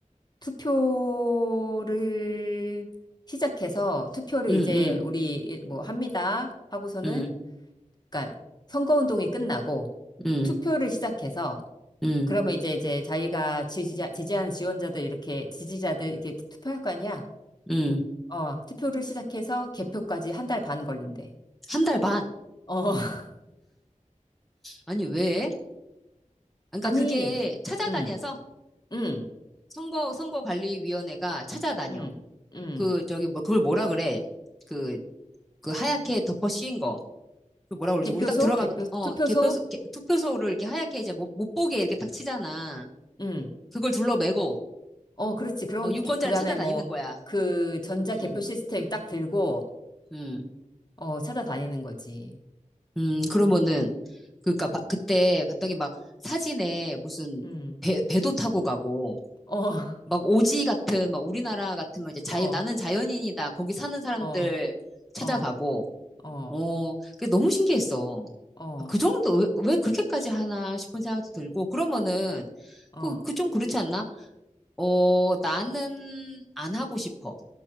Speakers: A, on the left; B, in the centre.
A: 투표를 시작해서 투표를
B: 응,
A: 이제
B: 응,
A: 우리 일- 뭐 합니다 하고서는
B: 응,
A: 그러니까 선거운동이 끝나고
B: 응,
A: 투표를 시작해서
B: 응,
A: 그러면 이제 이제 자기가 지지자 지지하는 지원자들 이렇게 지지자들 이렇게 투표할 거 아니야?
B: 응.
A: 어, 투표를 시작해서 개표까지 한 달 반 걸린대.
B: 한 달 반.
A: 어, <laughs>
B: 아니, 왜? 그러니까
A: 아니,
B: 그게 찾아다녀서
A: 음, 음,
B: 선거 선거관리위원회가 찾아다녀.
A: 음, 음.
B: 그 저기 뭐 그걸 뭐라 그래? 그 그 하얗게 덮어 씌인 거. 그 뭐라 그러지?
A: 개표소,
B: 우리 딱 들어가면
A: 개표,
B: 어
A: 투표소,
B: 개표소 개- 투표소를 이렇게 하얗게 이제 못, 못 보게 이렇게 딱 치잖아.
A: 응,
B: 그걸 둘러매고
A: 어, 그렇지. 그럼,
B: 어, 유권자를
A: 그 다음에
B: 찾아다니는
A: 뭐,
B: 거야.
A: 그 전자
B: 음.
A: 개표 시스템 딱 들고,
B: 음.
A: 어, 찾아다니는 거지.
B: 음. 그러면은 그러니까 바- 그때 봤더니 막 사진에 무슨
A: 응,
B: 배 배도 타고 가고
A: 어, <laughs>
B: 막 오지 같은 막 우리나라 같은 막 이제 자연
A: 어,
B: 나는 자연인이다. 거기 사는 사람들
A: 어,
B: 찾아가고
A: 어, 어,
B: 어, 그게 너무 신기했어.
A: 어,
B: 아, 그 정도, 왜, 왜 그렇게까지 하나 싶은 생각도 들고, 그러면은,
A: 어,
B: 그, 그 좀 그렇지 않나? 어, 나는 안 하고 싶어.